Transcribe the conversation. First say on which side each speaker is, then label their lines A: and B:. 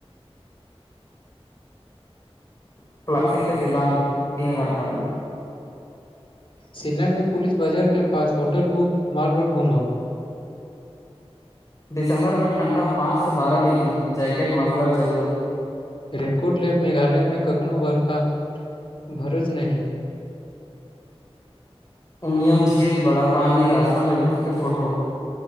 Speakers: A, on the left; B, on the left.
A: <inaudible> क्लसी से सिलंग तीन घण्टा
B: शिलंगमें पुलिस बाजार के पास होटल बुक माड रोड घुमब
A: दिसं्बर में ठणंडा पाँच से बारह िग्री जैकेट मफलर जरूर
B: रेनकोट ले मेघालय में कखनो बर्खा भरोस नही
A: उमीयमझील बड़ा पानी रास्तामें रुकी के फोटो